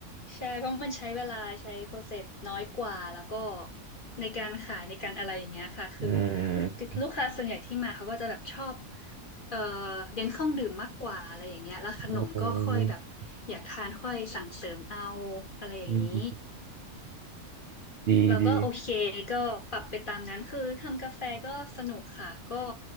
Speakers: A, on the left (about 45°); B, on the right (about 60°).
A: ใช่เพราะมันใช้เวลาใช้โปรเซสน้อยกว่าแล้วก็ในการขายในการอะไรอย่างเงี้ยค่ะคือ
B: อื
A: ลูกลูกค้าส่วนใหญ่ที่มาเขาก็จะแบบชอบ
B: ม
A: เอ่อเน้นเครื่องดื่มมากกว่าอะไรอย่างเงี้ยแล้วขนมก็ค่อยแบบอยากทานค่อยสั่งเสริมเอา
B: อืม
A: อะไรอย่างนี้
B: อืมดีดี
A: เราก็โอเคก็ปรับไปตามนั้นคือทำกาแฟก็สนุกค่ะก็